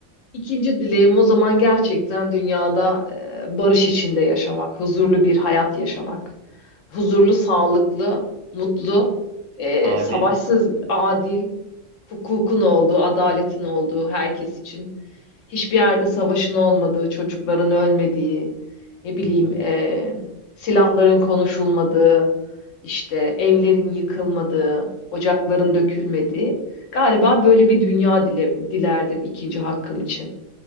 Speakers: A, on the left; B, on the right.
A: İkinci dileğim o zaman gerçekten dünyada e, barış içinde yaşamak, huzurlu bir hayat yaşamak. Huzurlu, sağlıklı, mutlu, e,
B: Adil.
A: savaşsız, adil, hukukun olduğu, adaletin olduğu herkes için. Hiçbir yerde savaşın olmadığı, çocukların ölmediği, ne bileyim
B: Hı hı.
A: e, silahların konuşulmadığı, işte evlerin yıkılmadığı, ocakların dökülmediği. Galiba böyle bir dünya dile, dilerdim ikinci hakkım için.